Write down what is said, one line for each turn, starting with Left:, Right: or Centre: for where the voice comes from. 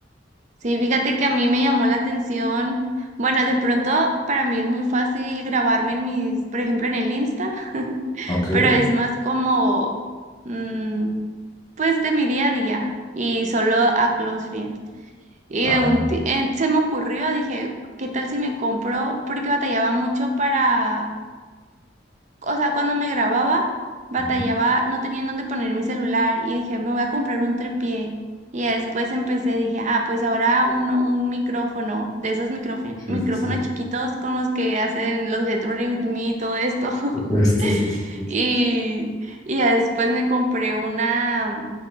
Right: sí, fíjate que a mí me llamó la atención, bueno, de pronto para mí es muy fácil grabarme en mis, por ejemplo, en el Insta, <laughs>
Left: Ok.
Right: pero es más como, mm, pues de mi día a día y solo a close friends. Y
Left: Ah.
Right: de un, ti- en- se me ocurrió, dije, ¿qué tal si me compro? Porque batallaba mucho para o sea, cuando me grababa, batallaba,
Left: ujú.
Right: no tenía en dónde poner mi celular y dije, me voy a comprar un tripié. Y ya después empecé, dije, ah, pues ahora uno, un micrófono, de esos micrófon-
Left: Sí,
Right: micrófonos
Left: sí, sí.
Right: chiquitos con los que hacen los Get Ready With Me y todo esto. <laughs>
Left: <laughs> Justo, sí, sí, sí.
Right: Y, y ya después me compré una,